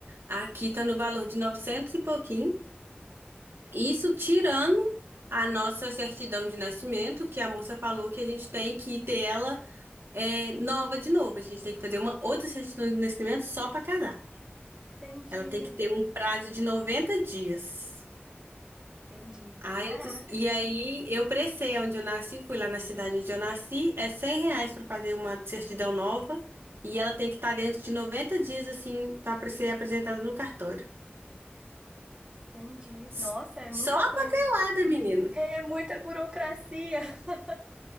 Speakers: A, on the right (about 75°); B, on the right (about 25°).
A: Aqui tá no valor de 900 e pouquinho. Isso tirando a nossa certidão de nascimento, que a moça falou que a gente tem que ter ela é nova de novo. A gente tem que fazer uma outra certidão de nascimento só para casar.
B: Entendi,
A: Ela tem que ter um prazo de 90 dias.
B: entendi.
A: Aí
B: Caraca,
A: eu disse- e aí eu pressei onde eu nasci, fui lá na cidade onde eu nasci, é 100 reais para fazer uma certidão nova e ela tem que estar dentro de 90 dias assim para ser apresentada no cartório.
B: entendi. Nossa,
A: S-
B: é muita
A: Só a
B: coisa.
A: papelada, menina.
B: É muita burocracia. <laughs>